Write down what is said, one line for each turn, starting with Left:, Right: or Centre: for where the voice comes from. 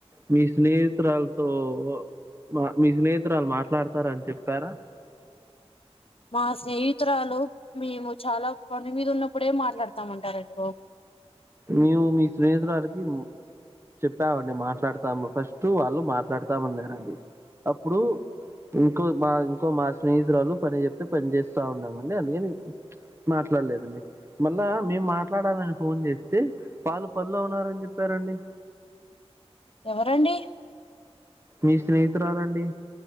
Right: మీ స్నేహితురాలతో ఓ మా మీ స్నేహితురాలు మాట్లాడతార అని చెప్పారా
Left: మా స్నేహితురాలు మేము చాలా పని మీద ఉన్నప్పుడే మాట్లాడుతామంటారండి బాబు
Right: మేము మీ స్నేహితురాలికి చెప్పామండి మాట్లాడతాము ఫస్ట్ వాళ్ళు మాట్లాడతామన్నారండి అప్పుడు ఇంకో మా ఇంకో మా స్నేహితురాలు పని చెప్తే పని చేస్తా ఉన్నామండి అందుకని మాట్లాడలేదండి మళ్ళా మేము మాట్లాడాలని ఫోన్ చేసి తే వాళ్ళు పన్లో ఉన్నారని చెప్పారండి
Left: ఎవరండి
Right: మీ స్నేహితురాలండి